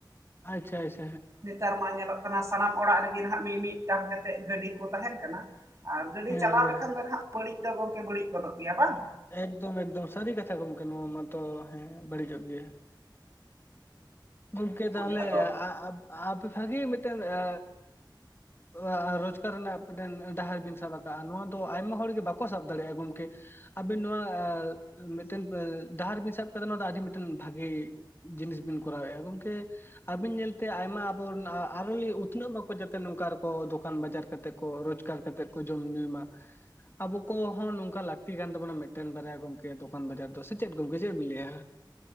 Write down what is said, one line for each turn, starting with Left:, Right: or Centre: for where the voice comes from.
Left: ᱟᱪᱪᱷᱟ ᱟᱪᱷᱟ᱾
Right: ᱱᱮᱛᱟᱨ ᱢᱟ ᱧᱮᱞᱚᱜ ᱠᱟᱱᱟ ᱥᱟᱱᱟᱢ ᱚᱲᱟᱜ ᱨᱮᱜᱮ ᱱᱟᱦᱟᱜ, ᱢᱤᱫ ᱢᱤᱫᱴᱟᱝ ᱠᱟᱛᱮᱜ ᱜᱟᱹᱰᱤ ᱠᱚ ᱛᱟᱦᱮᱱ ᱠᱟᱱᱟ᱾ ᱟᱨ ᱜᱟᱹᱰᱤ
Left: ᱦᱮᱸ
Right: ᱪᱟᱞᱟᱣ
Left: ᱦᱮᱸ
Right: ᱞᱮᱠᱷᱟᱱ ᱫᱚ ᱱᱟᱦᱟᱜ ᱵᱟᱹᱲᱤᱡ ᱫᱚ ᱜᱚᱝᱠᱮ ᱵᱟᱹᱲᱤᱡ ᱜᱚᱫᱚᱜ ᱜᱮᱭᱟ ᱵᱟᱝ᱾
Left: ᱮᱠᱫᱚᱢ ᱮᱠᱫᱚᱢ ᱥᱟᱹᱨᱤ ᱠᱟᱛᱷᱟ ᱜᱚᱢᱠᱮ, ᱱᱚᱣᱟ ᱢᱟᱛᱚ ᱦᱮᱸ ᱵᱟᱹᱲᱤᱡᱚᱜ ᱜᱮᱭᱟ᱾ ᱜᱚᱢᱠᱮ
Right: ᱦᱳᱭ
Left: ᱛᱟᱦᱞᱮ
Right: ᱟᱫᱚ
Left: ᱟ ᱟ ᱟᱵ <unintelligible> ᱟᱯᱮ ᱵᱷᱟᱜᱮ ᱢᱤᱫᱴᱮᱱ ᱟ ᱟ ᱨᱳᱡᱽᱜᱟᱨ ᱨᱮᱱᱟᱜ ᱯᱤᱴᱮᱱ ᱰᱟᱦᱟᱨ ᱵᱤᱱ ᱥᱟᱵ ᱠᱟᱜᱼᱟ᱾ ᱱᱚᱣᱟ ᱫᱚ ᱟᱭᱢᱟ ᱦᱚᱲᱜᱮ ᱵᱟᱠᱚ ᱥᱟᱵ ᱫᱟᱲᱮᱭᱟᱜᱼᱟ᱾ ᱜᱚᱢᱠᱮ ᱟᱵᱤᱱ ᱱᱚᱣᱟ ᱢᱤᱫᱴᱮᱱ ᱰᱟᱦᱟᱨ ᱵᱤᱱ ᱥᱟᱵ ᱠᱟᱫᱟ, ᱱᱚᱣᱟ ᱫᱚ ᱟᱹᱰᱤ ᱢᱤᱫᱴᱮᱱ ᱵᱷᱟᱹᱜᱮ᱾ ᱡᱤᱱᱤᱥ ᱵᱤᱱ ᱠᱚᱨᱟᱣ ᱮᱫᱟ ᱾ᱜᱚᱝᱠᱮ ᱟᱵᱤᱱ ᱧᱮᱞᱛᱮ ᱟᱭᱢᱟ ᱟᱵᱚ ᱨᱮᱱ ᱟᱨᱦᱚᱸ ᱞᱤᱪ ᱩᱛᱱᱟᱹᱜ ᱢᱟᱠᱚ, ᱡᱟᱛᱮ ᱱᱚᱝᱠᱟ ᱟᱨᱚ ᱠᱚ ᱫᱚᱠᱟᱱ ᱵᱟᱡᱟᱨ ᱠᱟᱛᱮ ᱠᱚ ᱨᱳᱡᱽ ᱠᱟᱨ ᱠᱟᱛᱮᱫ ᱠᱚ ᱡᱚᱢ ᱧᱩᱭ ᱢᱟ᱾ ᱟᱵᱩ ᱠᱚᱦᱚᱸ ᱱᱚᱝᱠᱟ ᱞᱟᱹᱠᱛᱤ ᱠᱟᱱ ᱛᱟᱵᱚᱱᱟ ᱢᱤᱫᱴᱮᱱ ᱵᱟᱨᱭᱟ ᱜᱚᱝᱠᱮ ᱫᱚᱠᱟᱱ ᱵᱟᱡᱟᱨ ᱫᱚ᱾ ᱥᱮ ᱪᱮᱫ ᱜᱚᱝᱠᱮ ᱪᱮᱫ ᱵᱤᱱ ᱞᱟᱹᱭᱼᱟ?